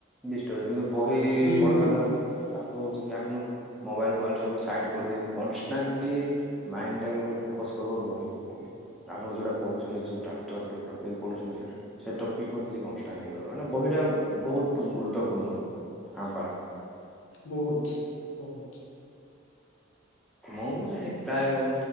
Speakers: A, in the centre; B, on the left (about 80°).
A: ଡିଷ୍ଟର୍ବ କିନ୍ତୁ ବହି
B: ହୁଁ
A: ପଢିବା
B: ହୁଁ
A: ଦ୍ଵାରା
B: ହୁଁ
A: କଣ ଲାଭ ହଉଛି କି ଆପଣ। ମୋବାଇଲ ଫୋବାଇଲ ସବୁ ସାଇଟ୍ କରିଦେଇକି କନଷ୍ଟାଣ୍ଟଲି। ମାଇଣ୍ଡ ଟା କେବଳ ଫୋକସ କରିବ ବହିକୁ। ଆପଣ ଯୋଉଟା ପଢୁଛନ୍ତି ଯୋଉ ଚାପ୍ଟର ଯୋଉ ଟପିକ୍ ପଢୁଛନ୍ତି। ସେ ଟପିକ୍ କୁ ହିଁ ସେ କଷ୍ଟାଣ୍ଡ ଇଏ କରିବ ମାନେ ବହିଟା ବହୁତ ଗୁରୁତ୍ୱପୂର୍ଣ୍ଣ ଆମ ପାଇଁ।
B: ବହୁତ ବହୁତ।
A: ମୁଁ ବି ଭାଇ ପ୍ରାୟ।